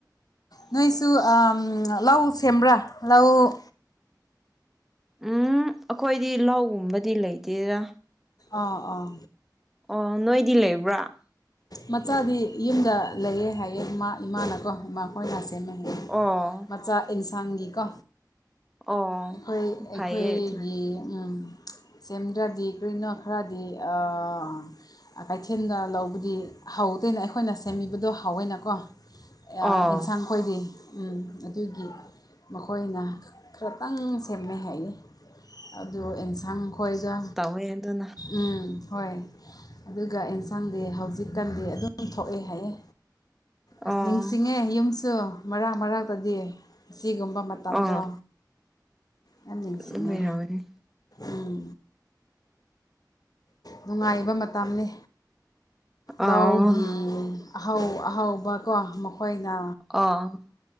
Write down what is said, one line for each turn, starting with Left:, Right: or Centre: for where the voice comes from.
Left: ꯅꯣꯏꯁꯨ ꯑꯝ ꯂꯧ ꯁꯦꯝꯕ꯭ꯔꯥ ꯂꯧ
Centre: ꯎꯝ ꯑꯩꯈꯣꯏꯗꯤ ꯂꯧꯒꯨꯝꯕꯗꯤ ꯂꯩꯇꯦꯗ
Left: ꯑꯥ ꯑꯥ
Centre: ꯑꯣ ꯅꯣꯏꯗꯤ ꯂꯩꯕ꯭ꯔꯥ
Left: ꯃꯆꯥꯗꯤ ꯌꯨꯝꯗ ꯂꯩꯌꯦ ꯍꯥꯏꯌꯦ ꯏꯃꯥ ꯏꯃꯥꯅꯀꯣ ꯏꯃꯥ ꯈꯣꯏꯅ ꯁꯦꯝꯃꯦ ꯍꯥꯏꯌꯦ
Centre: ꯑꯣ
Left: ꯃꯆꯥ ꯏꯟꯁꯥꯡꯒꯤꯀꯣ
Centre: ꯑꯣ
Left: ꯑꯩꯈꯣꯏ
Centre: ꯐꯩꯌꯦ
Left: ꯑꯩꯈꯣꯏꯒꯤ
Centre: ꯑꯗꯨꯗꯤ
Left: ꯎꯝ ꯁꯦꯝꯗ꯭ꯔꯗꯤ ꯔꯤꯅꯣ ꯈꯔꯗꯤ ꯑꯥ ꯀꯩꯊꯦꯜꯗ ꯂꯧꯕꯗꯤ ꯍꯥꯎꯗꯦꯅ ꯑꯩꯈꯣꯏꯅ ꯁꯦꯝꯕꯤꯕꯗꯣ ꯍꯥꯎꯋꯦꯅꯀꯣ ꯑ
Centre: ꯑꯣ
Left: ꯁꯥꯡ ꯑꯩꯣꯏꯗꯤ ꯎ ꯑꯗꯨꯒꯤ ꯃꯈꯣꯏꯅ ꯈꯔꯇꯪ ꯁꯦꯝꯃꯦꯩ ꯍꯥꯏꯌꯦ ꯑꯗꯨ ꯑꯦꯟꯁꯥꯡ ꯈꯣꯏꯒ
Centre: ꯍ ꯑꯗꯨꯅ
Left: ꯎꯝ ꯍꯣꯏ ꯑꯗꯨꯒ ꯑꯦꯟꯁꯥꯡꯗꯤ ꯍꯧꯖꯤꯛꯀꯥꯟꯗꯤ ꯑꯗꯨꯝ ꯊꯣꯛꯑꯦ ꯍꯥꯏꯌꯦ ꯑꯁ
Centre: ꯑꯣ
Left: ꯅꯤꯡꯁꯤꯡꯉꯦ ꯌꯨꯝꯁꯨ ꯃꯔꯛ ꯃꯔꯥꯛꯛꯇꯗꯤ ꯑꯁꯤꯒꯨꯝꯕ ꯃꯇꯝꯗꯣ
Centre: ꯑꯣ
Left: ꯌꯥꯝ ꯅꯤꯡꯁꯤꯡꯉꯦ
Centre: ꯑꯣꯏꯔꯝꯒꯅꯤ
Left: ꯎꯝ ꯅꯨꯡꯉꯥꯏꯕ ꯃꯇꯝꯅꯤ
Centre: ꯑꯣ
Left: ꯂꯧꯒꯤ ꯑꯍꯧ ꯑꯍꯥꯎꯕ ꯀꯣ ꯃꯈꯣꯏꯅ
Centre: ꯑꯣ